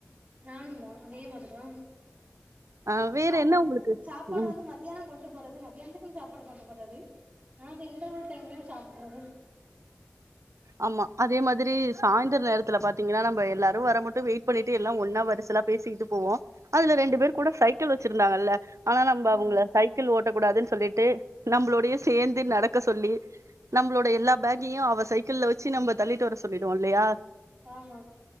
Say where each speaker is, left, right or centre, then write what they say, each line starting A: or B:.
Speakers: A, on the right; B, on the right.
A: நானு தான் அதே மாதி தான்
B: ஆ வேற
A: கா
B: என்ன
A: மத்
B: உங்களுக்கு
A: சாப்பாடு
B: ம்
A: வந்து மத் மத்தியானம் கொண்டு போறது மத்தியானத்துக்குன்னு சாப்பாடு கொண்டு போறது ஆனா அந்த இடர்வல் டைம்கே சாப்டுறது
B: ஆமா அதே மாதிரி சாந்திர நேரத்துல பாத்தீங்கன்னா நம்ம எல்லாரும் வர மட்டும் வெயிட் பண்ணிட்டு எல்லா ஒன்னா வரிசலா பேசிக்கிட்டு போவோம் அதுல ரெண்டு பேர் கூட சைக்கிள் வச்சிருந்தாங்க ஆனா நம்ம
A: ஆமா
B: அவங்க சை க்கிள் ஓட்டக் கூடாதுன்னு சொல்லிட்டு நம்மளோடயே சேந்து நடக்க சொல்லி நம்மளோட எல்லா பேக்கயு அவ சைக்கிள்ல வச்சு நம்ம தள்ளிட்டு வர சொல்டுவோ இல்லயா
A: ஆமா